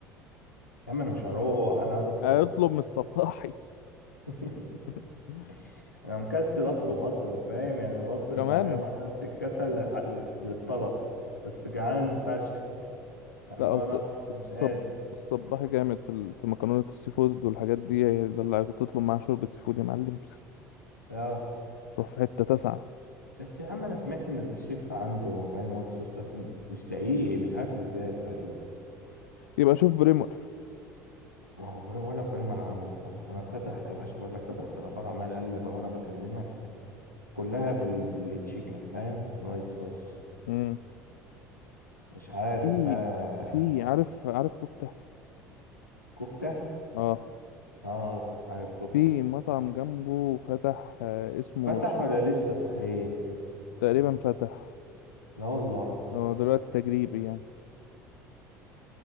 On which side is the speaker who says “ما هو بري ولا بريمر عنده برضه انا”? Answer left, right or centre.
Left